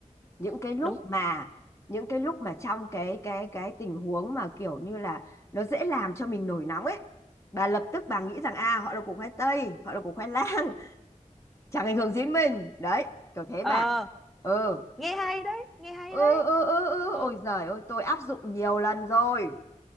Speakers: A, on the left; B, in the centre.
A: những cái lúc
B: đúng
A: mà những cái lúc mà trong cái cái cái tình huống mà kiểu như là nó dễ làm cho mình nổi nóng ấy bà lập tức bà nghĩ rằng à họ là củ khoai tây họ là củ khoai lang <laughs> chẳng ảnh hưởng gì đến mình đấy kiểu thế
B: ờ
A: bà ừ
B: nghe hay đấy nghe hay
A: ừ
B: đấy
A: ừ ừ ừ
B: ừ
A: ôi giời ơi tôi áp dụng nhiều lần rồi